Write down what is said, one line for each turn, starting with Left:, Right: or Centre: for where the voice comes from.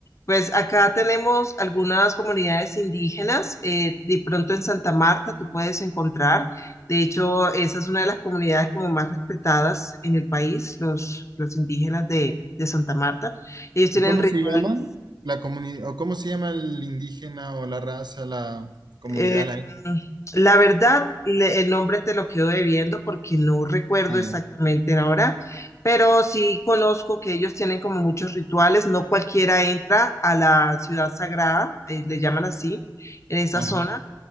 Left: pues acá tenemos algunas comunidades indígenas, eh, de pronto en Santa Marta tú puedes encontrar, de hecho esa es una de las comunidades como más respetadas en el país, los, los indígenas de, de Santa Marta, ellos tienen
Right: ¿Y cómo
Left: rituales.
Right: se llama la comunidad, o cómo se llama el indígena o la raza, la comunidad,
Left: Eh,
Right: la etnia?
Left: la verdad, le- el nombre te lo quedo debiendo porque no recuerdo
Right: Ah,
Left: exactamente
Right: ya.
Left: ahora, pero sí conozco que ellos tienen como muchos rituales. No cualquiera entra a la ciudad sagrada, eh, le llaman así, en esa
Right: Ajá,
Left: zona,